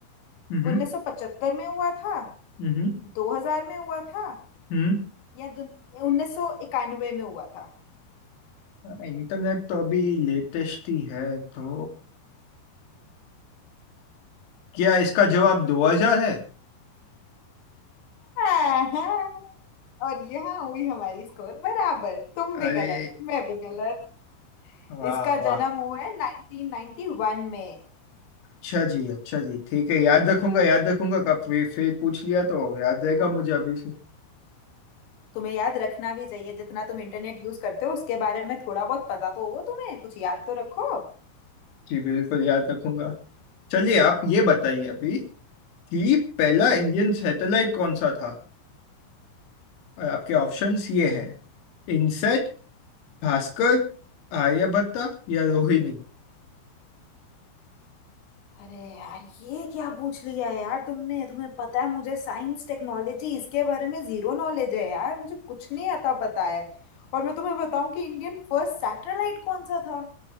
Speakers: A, on the left; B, on the left.
A: हम्म हम्म
B: 1975 में हुआ था
A: हम्म
B: 2000 में हुआ था
A: हम्म।
B: यह उन्नीस सौ इक्यानवे में हुआ था
A: इंटरनेट तो अभी लेटेस्ट ही है तो क्या इसका जवाब 2000 है
B: <laughs> हाँ, और यहाँ हुई हमारी स्कोर बराबर तुम
A: अरे
B: भी गलत मैं भी गलत
A: वाह
B: इसका
A: वाह
B: जन्म हुआ है 1991 में
A: अच्छा जी अच्छा जी ठीक है याद रखूंगा याद रखूंगा का फिर फिर पूछ लिया तो याद रहेगा मुझे अभी से
B: तुम्हें याद रखना भी चाहिए जितना तुम इंटरनेट यूज करते हो उसके बारे में थोड़ा बहुत पता तो हो तुम्हें कुछ याद तो रखो
A: जी बिल्कुल याद रखूंगा चलिए आप ये बताइए अभी कि पहला इंडियन सैटेलाइट कौन सा था और आपके ऑप्शंस ये है इनसेट भास्कर आर्यभट्टा या रोहिणी
B: अरे यार ये क्या पूछ लिया यार तुमने तुम्हें पता है मुझे साइंस टेक्नोलॉजी इसके बारे में जीरो नॉलेज है यार मुझे कुछ नहीं आता पता है और मैं तुम्हें बताऊं कि इंडियन फर्स्ट सैटेलाइट कौन सा था